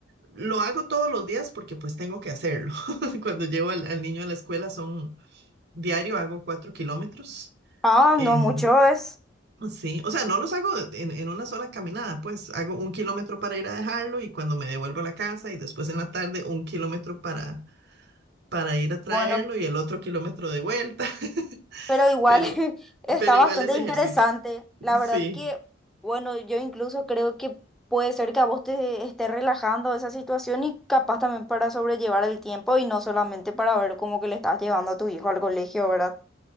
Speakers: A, on the right (about 55°); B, in the centre.
A: lo hago todos los días porque pues tengo que hacerlo. <laughs> Cuando llevo al, al niño a la escuela son diario, hago cuatro kilómetros
B: Ah,
A: en...
B: no mucho es
A: Sí, o sea, no los hago de- en, en una sola caminada, pues hago un kilómetro para ir a dejarlo y cuando me devuelvo a la casa y después en la tarde un kilómetro para para ir a traerlo
B: bueno,
A: y el otro kilómetro de vuelta, <laughs>
B: pero igual
A: pero,
B: <laughs> está
A: pero igual
B: bastante
A: es ejercicio.
B: interesante. La verdad
A: Sí,
B: que, bueno, yo incluso creo que puede ser que a vos te esté relajando esa situación y capaz también para sobrellevar el tiempo y no solamente para ver cómo que le estás llevando a tu hijo al colegio, ¿verdad?